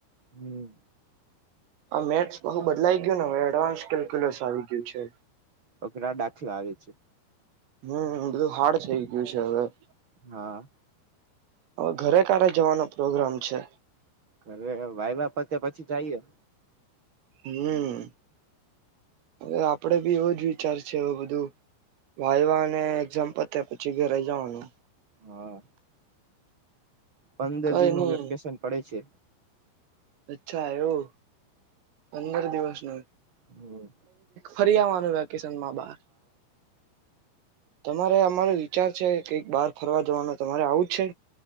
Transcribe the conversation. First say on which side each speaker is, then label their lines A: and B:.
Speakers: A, on the right; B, on the right.
A: હમ્મ.
B: આ મેથસ બહુ બદલાય ગયો ને? એડવાન્સ કેલ્ક્યુલેશ આવી ગયું છે.
A: ઓકરા દાખલા આવે છે.
B: હમ્મ બધું હાર્ડ થઈ ગયું છે હવે.
A: હા
B: હવે ઘરે ક્યારે જવાનો પ્રોગ્રામ છે?
A: હવે વાઈવા પટે પછી જઈએ
B: હમ્મ. આપ આપડે બી એવો જ વિચાર છે બધું વાઇવા ને એઝામ પત્યા પછી ઘરે જવાનું.
A: હા. પંદર
B: કઈ
A: દિનનું
B: નહી
A: વેકેશન પડે છે.
B: અચ્છા એવુ પંદર દિવસ <unintelligible>
A: હમ્મ
B: ફરીઆવાનું કિસનમાંબાર તમારે અમારો વિચાર છે કઈક બાર ફરવા જવાનું તમારે આવું જ છે